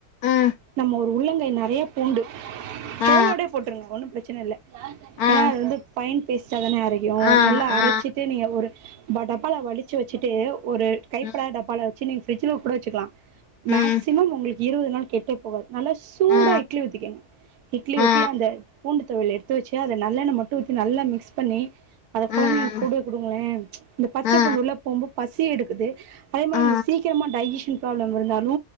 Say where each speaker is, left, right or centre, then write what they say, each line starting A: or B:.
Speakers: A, on the left; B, on the right.
A: ம்
B: நம்ம ஒரு உருளங்கை நெறையா பூண்டு தோலோடே
A: ஆ
B: போட்டுருங்க ஒன்னு பிரச்சன இல்ல
A: ஆ
B: ஏனா அது வந்து பைன் பேஸ்டா தானே அரையு
A: ஆ
B: நல்லா அரச்சிட்டு
A: ஆ
B: நீங்க ஒரு ப டப்பால வழிச்சு வெச்சுட்டு ஒரு கைபடாத
A: ம்
B: டப்பால வச்சு நீங்க பிரிட்ஜுல கூட வெச்சுக்கலா மேக்சிமம்
A: ம்
B: உங்களுக்கு இருவது நாள் கெட்டே போகாது நல்லா சூடா
A: ஆ
B: இட்லி ஊத்திக்கெங்க இட்லி ஊத்தி
A: ஆ
B: அந்த பூண்டுத் தொவையல எடுத்து வெச்சு அத நல்லெண்ண மட்டு ஊத்தி நல்லா மிக்ஸ் பண்ணி அத கொழந்தைங்களுக்கு
A: ஆ
B: குடு குடுங்களே இந்த பச்ச
A: ஆ
B: பூண்டு உள்ள போம்போ பசியெடுக்குது அத்
A: ஆ
B: சீக்கிரமா டைஜெஷன் ப்ராப்ளம் இருந்தாலு